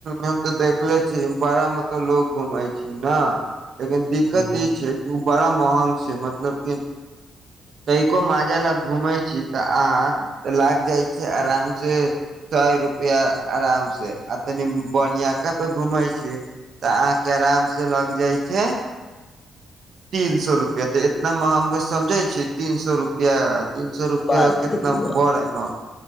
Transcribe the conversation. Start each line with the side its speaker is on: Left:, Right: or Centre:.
Right: हम तऽ देखले हे बांयामे त' लोग घुमय छै छी न लेकिन
Left: हुं
Right: दिक्कत ई छै कि उ बड़ा महग छै मतलब कि तइको माँजा लग घूमे छी तऽ अहाँ के लाग जाय छय आराम से सए रुपआ आराम से आ तनि बनियका पे घूमे छी तऽ अहाँके आराम से लग जाय छै तीन सए रुपआ तऽ इतना महंग मे समझय छी तीन सए रुपया तीन सौ रुपया
Left: बात
Right: कितना
Left: रउआ
Right: बड़ एमाउ